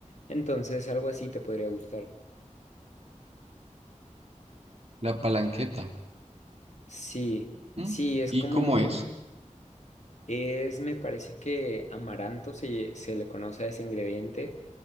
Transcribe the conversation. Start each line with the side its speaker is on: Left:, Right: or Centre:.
Left: entonces algo así te podría gustar.
Right: La palanqueta.
Left: Sí,
Right: ¿m?
Left: sí, es
Right: ¿Y
Left: como...
Right: cómo es?
Left: Es, me parece que amaranto se, se le conoce a ese ingrediente